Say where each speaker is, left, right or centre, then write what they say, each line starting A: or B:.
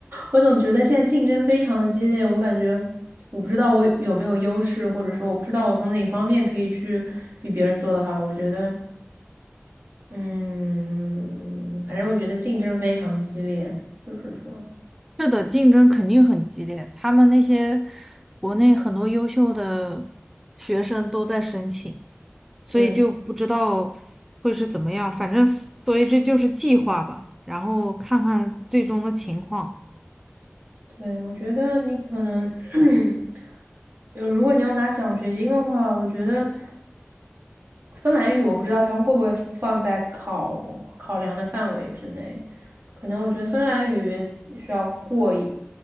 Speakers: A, on the right; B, in the centre.
A: 我总觉得现在竞争非常的激烈，我感觉我不知道我有没有优势，或者说我不知道我从哪方面可以去比别人做得好。我觉得，嗯，反正我觉得竞争非常激烈，就是说，
B: 是的，竞争肯定很激烈。他们那些国内很多优秀的学生都在申请，所以就不知道会是怎么样。
A: 对。
B: 反正，所以这就是计划吧，然后看看最终的情况。
A: 对，我觉得你可能，<clears throat> 就如果你要拿奖学金的话，我觉得芬兰语我不知道它会不会放在考考量的范围之内，可能我觉得芬兰语需要过一